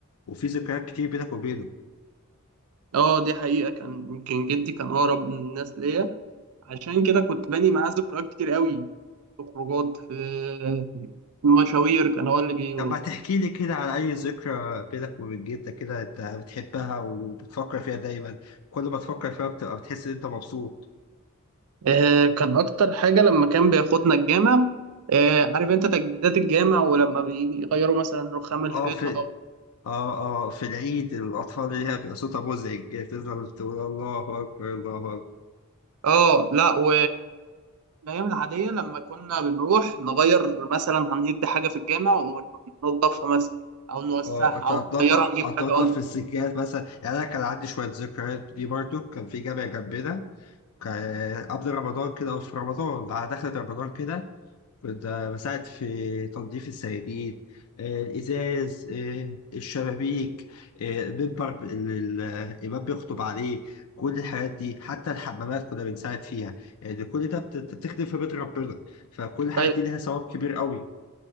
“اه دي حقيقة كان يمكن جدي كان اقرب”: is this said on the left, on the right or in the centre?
Right